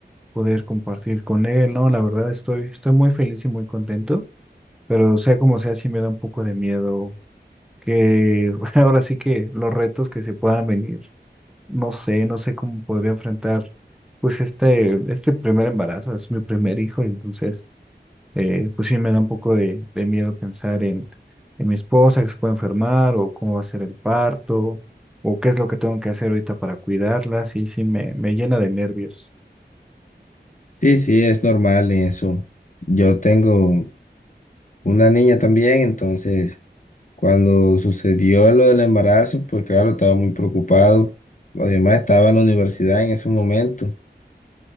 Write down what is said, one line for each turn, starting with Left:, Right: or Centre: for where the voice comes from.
Centre: poder compartir con él, ¿no? La verdad estoy, estoy muy feliz y muy contento, pero sea como sea, sí me da un poco de miedo que <laughs> ahora sí que los retos que se puedan venir. No sé, no sé cómo podría enfrentar pues este, este primer embarazo, es mi primer hijo, entonces eh, pues sí me da un poco de, de miedo pensar en, en mi esposa que se puede enfermar o cómo va a ser el parto o qué es lo que tengo que hacer ahorita para cuidarla, sí, sí me, me llena de nervios.
Left: Sí, sí, es normal en eso. Yo tengo una niña también, entonces cuando sucedió lo del embarazo, pues claro, estaba muy preocupado. Además estaba en la universidad en ese momento,